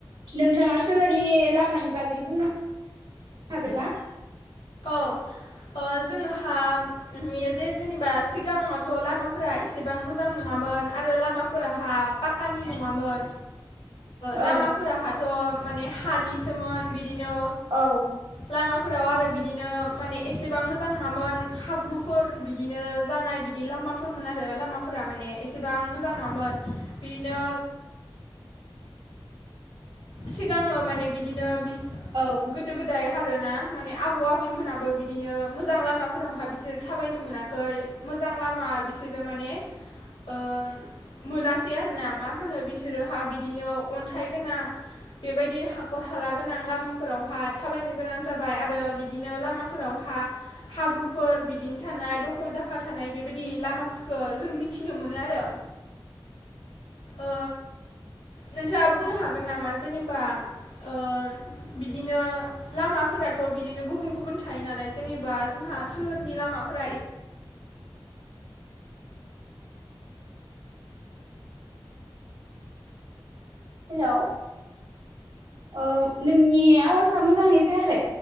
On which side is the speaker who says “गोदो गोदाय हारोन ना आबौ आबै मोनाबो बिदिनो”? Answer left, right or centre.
Left